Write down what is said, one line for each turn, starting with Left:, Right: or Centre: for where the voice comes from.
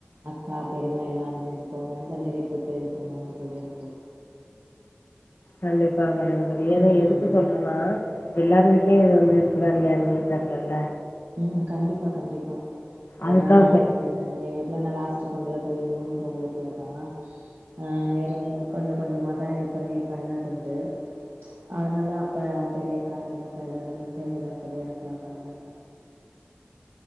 Right: அக்கா பெரிய்மா எல்லா அஞ்சஞ்சு பவுனு அந்த மாரி போட்டு இது பண்ணாங்க தோழி எனக்கு
Left: கண்டிப்பா கண்டிப்பா தோழி ஏனா
Right: ம்
Left: எதுக்கு சொல்றனா எல்லாரு வீட்லயு இது வந்து இருக்குதா இல்லையான் தெர்லல
Right: ம் கண்டிப்பா கண்டிப்பா
Left: அதுக்காக
Right: ஏனா
Left: சொல்ல
Right: எங்க வீட்ல நா லாஸ் ட்டு பொண்ணுல தோழி மூணு பொம்பள பிள்ள தா ஆ இருந்து கொஞ்ச கொஞ்சமாதா இது பண்ணி பண்ணதுண்டு அதனால அப்ப பெரியக்கா சின்னக்கா எல்லாருமே சேந்துதா தோழி எனக்குலா பண்ணாங்க